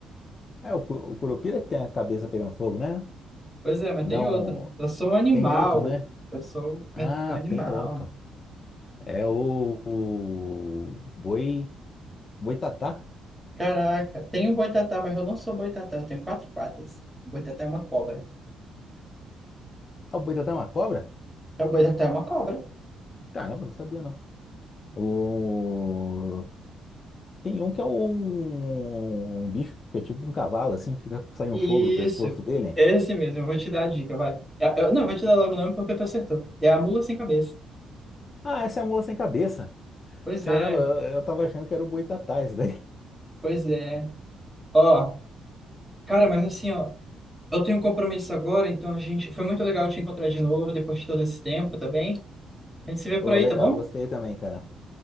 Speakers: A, on the left; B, in the centre.
A: É o, Cu- o Curupira que tem a cabeça pegando fogo, né?
B: Pois é, mas
A: Não,
B: tem outro. Eu sou um animal.
A: tem outro, né?
B: Eu sou
A: Ah,
B: me- um animal.
A: tem outro. É o, o boi, boitatá.
B: Caraca, tem um boitatá, mas eu não sou boitatá. Eu tenho quatro patas. O boitatá é uma cobra.
A: Ah, o boitatá é uma cobra?
B: O boitatá é uma cobra.
A: Caramba, não sabia não. O Tem um que é um, um bicho que é tipo um cavalo, assim, que fica saindo
B: Isso,
A: fogo do pescoço dele.
B: esse mesmo, eu vou te dar a dica, vai. Eu- eu- não, eu vou te dar logo o nome porque tu acertou. É a mula sem cabeça.
A: Ah, essa é a mula sem cabeça.
B: Pois
A: Caramba,
B: é,
A: eu eu tava achando que era o boitatá isso daí.
B: pois é. Ó, cara, mas assim, ó, eu tenho um compromisso agora, então a gente. Foi muito legal te encontrar de novo depois de todo esse tempo, tá bem?
A: <laughs>
B: A gente se vê por
A: Ô,
B: aí,
A: legal,
B: tá bom?
A: gostei também, cara.